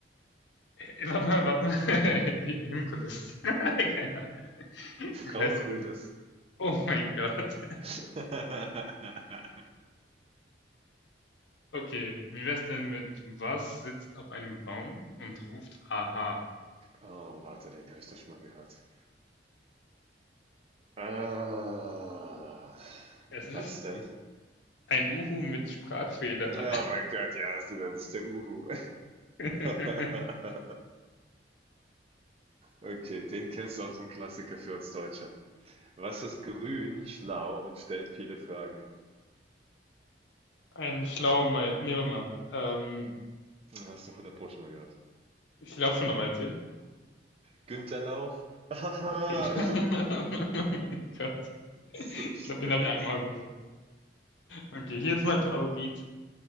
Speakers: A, on the left; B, on the right.
A: Äh, Warte mal, warte mal. <laughs> Himkulis. <laughs> Keine Ahnung.
B: Frau
A: Wie heißt
B: Kules.
A: sie denn? Oh mein Gott.
B: <laughs>
A: Okay, wie wär's denn mit Was sitzt auf einem Baum und ruft Aha?
B: Oh, warte, den habe ich doch schon mal gehört. Ah,
A: Es ist
B: was denn?
A: ein Uhu mit Sprachfehler.
B: Oh mein Gott, ja, du bist der Uhu.
A: <laughs>
B: <laughs> Okay, den kennst du auch, so ein Klassiker für uns Deutsche. Was ist grün, schlau und stellt viele Fragen?
A: Ein Schlaumeier. Nee, warte mal. Ähm,
B: Hast du hundert Pro schon mal gehört.
A: ich glaube schon, aber erzähl.
B: Günter Lauch? Haha,
A: <laughs> Oh mein Gott.
B: <laughs> so
A: Ich
B: schlecht.
A: glaube, den habe ich einmal gehört. Okay, hier ist mein Favorit.